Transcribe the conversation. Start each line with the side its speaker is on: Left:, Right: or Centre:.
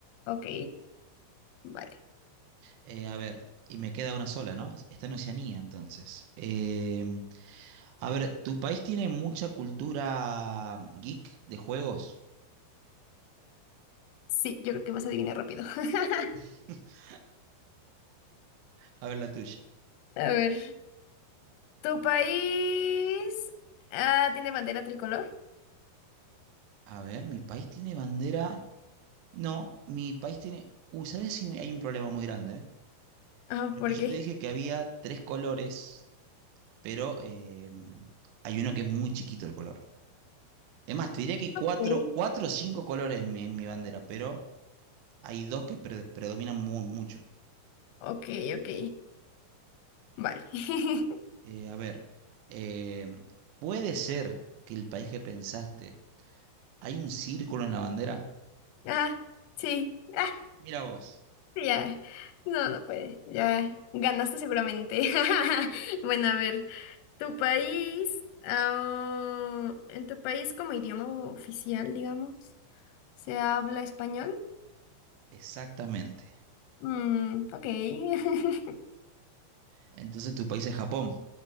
Left: Ok, vale.
Right: Eh, a ver, y me queda una sola, ¿no? Está en Oceanía entonces. Em, a ver, ¿tu país tiene mucha cultura geek de juegos?
Left: Sí, yo creo que vas a adivinar rápido. <laughs>
Right: <laughs> A ver la tuya.
Left: A ver. ¿Tu país ah, tiene bandera tricolor?
Right: A ver, mi país tiene bandera. No, mi país tiene... Uy, ¿sabes si hay un problema muy grande? eh?
Left: Ah,
Right: Porque
Left: ¿por
Right: yo
Left: qué?
Right: te dije que había tres colores, pero eh, hay uno que es muy chiquito el color. Es más, te diría que hay cuatro,
Left: Sí.
Right: cuatro o cinco colores en mi, en mi bandera, pero hay dos que pre- predominan muy, mucho.
Left: Ok, ok. Vale. <laughs>
Right: Eh, a ver, eh, ¿puede ser que el país que pensaste, hay un círculo en la bandera?
Left: Ah, sí. Ah,
Right: Mira vos.
Left: sí, ya. No, no puede. Ya ganaste seguramente. <laughs> Bueno, a ver. ¿Tu país, ah, en tu país como idioma oficial, digamos, se habla español?
Right: Exactamente.
Left: Mm, ok. <laughs>
Right: Entonces tu país es Japón.